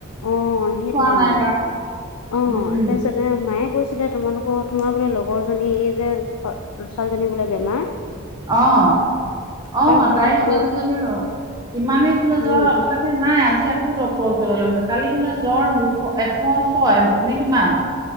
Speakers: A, on the left; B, on the right.
A: অ সেইটো
B: খোৱা
A: কাৰণে।
B: নাই
A: অ
B: উম,
A: তাৰপিছতে মায়ে কৈছিলে তোমালোক অ তোমাৰ বোলে লগৰ জনী এই যে ছোৱালীজনী বোলে বেমাৰ।
B: অ। অ
A: তই ভাল
B: তাইৰ
A: পাইছানে
B: ছোৱালীজনীৰো।
A: বোলে
B: ইমানেই বোলে জ্বৰ
A: উম
B: তাকে নাই আজি আকৌ ডক্টৰ ছে কালি বোলে জ্বৰ দুশ এশ ছয় নে কিমান।